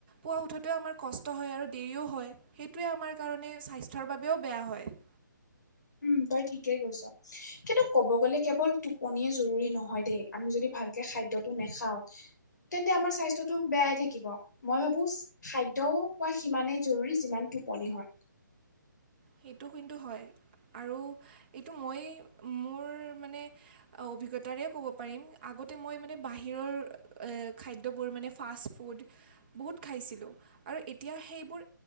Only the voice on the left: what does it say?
উম তই ঠিকেই কৈছা। কিন্তু কব গ'লে কেৱল টোপনিয়ে জৰুৰী নহয় দেই আমি যদি ভালকে খাদ্যটো নাখাওঁ, তেন্তে আমাৰ স্বাস্থ্যটো বেয়াই থাকিব। মই ভাবো খাদ্যও খোৱা সিমানেই জৰুৰী যিমান টোপনি হয়।